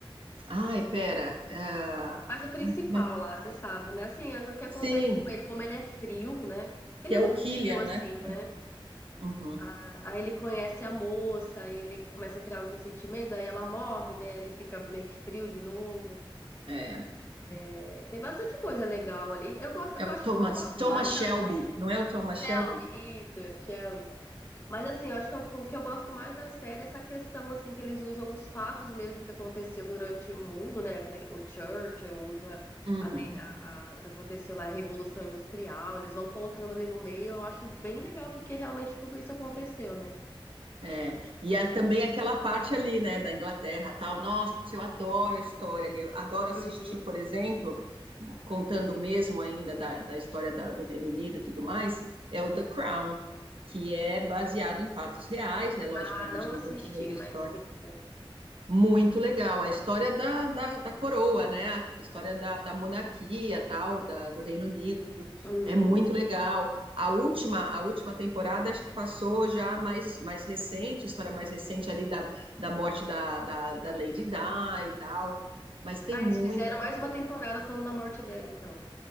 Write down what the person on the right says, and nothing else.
Ai, pera. ah,
ai, como é que-
Sim,
que
é
o Killian,
né?
Uhum.
É.
É
o
Thomas,
Thomas
Shelby,
não é o Thomas
Shelby?
Uhum,
é. E é também aquela parte ali, né, da Inglaterra, tal. Nossa, eu adoro a história ali, eu adoro assistir,
por exemplo, contando mesmo ainda da, da história da- do Reino Unido e tudo mais, é o The Crown, que é baseado em fatos reais, né? Logicamente
tem
um pouquinho de
história.
Muito legal. A história da, da, da coroa, né? A história
da, da monarquia, tal, da, do Reino Unido.
É muito legal. A última, a última temporada, acho que passou já mais, mais recente, história mais recente ali da, da morte da, da, da Lady Di e tal. Mas tem
muita
coisa
legal.